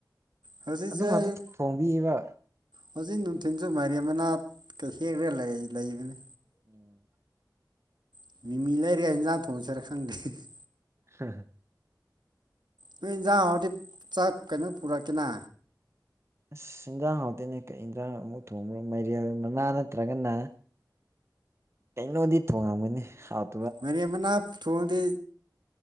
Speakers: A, on the right; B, on the right.
A: ꯍꯧꯖꯤꯛꯁꯨ
B: ꯑꯗꯨ ꯉꯥꯛꯇ
A: ꯑꯩ
B: ꯊꯣꯡꯕꯤꯌꯦꯕ
A: ꯍꯧꯖꯤꯛ ꯅꯨꯡꯊꯤꯟꯖꯨ ꯃꯥꯏꯔꯦꯟ ꯃꯅꯥ ꯀ ꯍꯦꯛꯔ ꯂꯩ ꯂꯩꯕꯅꯤ
B: INAUDIBLE
A: UNINTELLIGIBLE
B: INAUDIBLE
A: ꯅꯣꯏ ꯏꯟꯖꯥꯡ ꯍꯥꯎꯔꯗꯤ ꯆꯥꯛ ꯀꯩꯅꯣ ꯄꯨꯔꯛꯀꯦꯅ
B: ꯑꯥꯁ ꯏꯟꯖꯥꯡ ꯍꯥꯎꯇꯦꯅꯦ ꯀꯩ ꯏꯟꯖꯥꯡ ꯑꯃꯨꯛ ꯊꯣꯡꯕ꯭ꯔꯣ ꯃꯥꯏꯔꯦꯜ ꯃꯅꯥ ꯅꯠꯇ꯭ꯔꯒꯅ ꯀꯩꯅꯣꯗꯤ ꯊꯣꯡꯉꯝꯃꯅꯤ ꯍꯥꯞ
A: ꯃꯥꯏꯔꯦꯟ ꯃꯅꯥ ꯊꯣꯡꯉꯥꯗꯤ